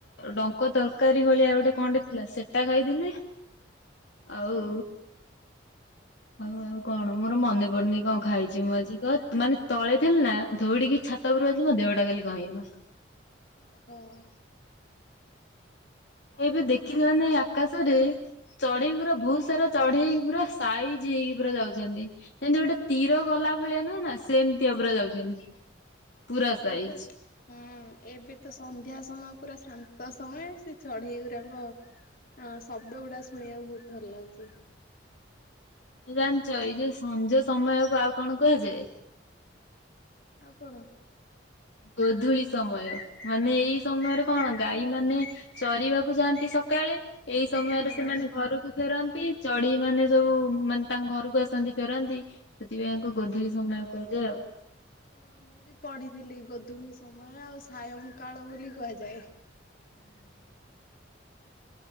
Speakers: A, on the left; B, on the left.
A: ଡଙ୍କ ତରକାରୀ ଭଳି ଆଉ
B: ହୁଁ।
A: ଗୋଟେ କଣଟେ ଥିଲା ସେଟା ଖାଇଥିଲି
B: <inaudible>
A: ଆଉ ଆଉ ଆଉ କଣ ମୋର ମନେ ପଡୁନି କଣ ଖାଇଛି ମଝିକ ମାନେ ତଳେ ଥିଲି ନା ଧଉଡିକି ଛାତ ଉପରୁ ଯାଇଥିଲା ମୋ ଦେଉଟା ଖାଲି କ କହି ହେଇଗଲା।
B: ହଁ।
A: ଏବେ ଦେଖିଲେ ମାନେ ଆକାଶରେ ଚଢେଇ ପୁରା ବହୁତ ସାରା ଚଢେଇ ପୁରା ସାଇଜି ଇକି ପୁରା ଯାଉଛନ୍ତି ଯେମତି ଗୋଟେ ତୀର ଗଲା ଭଳିଆ ନୁହଁ ନା ସେମି ତିଆ ପୁରା ଯାଉଛନ୍ତି
B: ହଁ
A: ପୁରା ସାଇଜ
B: ଏତ ହୁଁ ଏବେ ତ ସନ୍ଧ୍ୟା ସମୟ ପୁରା ଶାନ୍ତ ସମୟ ସେ ଚଢେଇ ଗୁରାକ ହଁ ଶବ୍ଦ ଗୁଡା ଶୁଣିବାକୁ ବହୁତ ଭଲ ଲାଗୁଛି।
A: ହ ଜାଣିଛ ଏଇ ଯୋଉ ସଞ୍ଜ ସମୟକୁ ଆଉ କଣ କୁହାଯାଏ?
B: ଆଉ କଣ?
A: ଗୋଧୂଳି ସମୟ ମାନେ ଏଇ ସମୟରେ
B: ହଁ
A: କଣ ଗାଈ ମାନେ ଚରିବାକୁ ଯାଆନ୍ତି ସକାଳେ ଏଇ ସମୟରେ
B: ହଁ।
A: ସେମାନେ ଘରକୁ ଫେରନ୍ତି। ଚଢେଇ ମାନେ ସବୁ ମାନେ ତାଙ୍କ ଘରକୁ ଆସନ୍ତି ଫେରନ୍ତି ସେଥିପାଇଁଙ୍କୁ ଗୋଧୂଳି ସମୟ କୁହାଯାଏ ଆଉ
B: ହଁ ମୁଁ ବି ପଢିଥିଲି ଗୋଧୂଳି ସମୟ ଆଉ ସାୟଂ କାଳ ବୋଲି କୁହାଯାଏ।